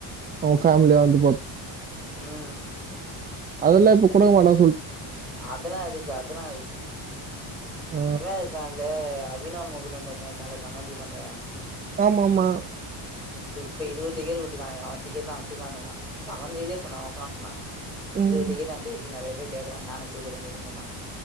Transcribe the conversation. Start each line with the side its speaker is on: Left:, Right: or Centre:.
Right: அவங்க ஃபேமிலியா வந்து
Centre: ம்
Right: அதெல்லா இப்ப குடுக்க மாட்டா
Centre: அதெல்லா இருக்கு அதுனா இருக்கு
Right: ஆ.
Centre: இவே இருக்கால் ல அபிநாவ் முகுந்தன் இருக்கால கமென்ட்ரி பண்றவே
Right: ஆமமா
Centre: இப்ப இருவது டிக்கெட் உட்ருக்காய்ங்க அவே டிக்கெட்லா வச்சுருக்கான் சொன்னா கமென்ட்ரிலயே சொன்னா ஓப்பனா சொன்னா
Right: ம்.
Centre: இருவது டிக்கெட் <unintelligible> நெறைய பேர் கேக்கறாங்க நானும் குடுக்கறேனு தா சொன்னா